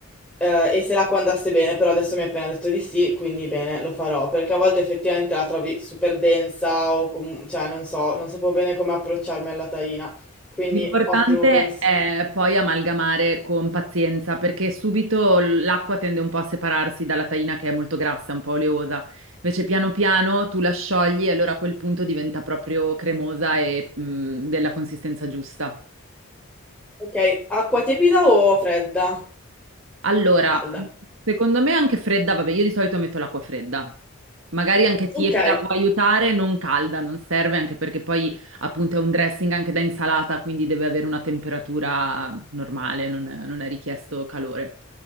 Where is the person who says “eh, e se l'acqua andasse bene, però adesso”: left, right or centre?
Centre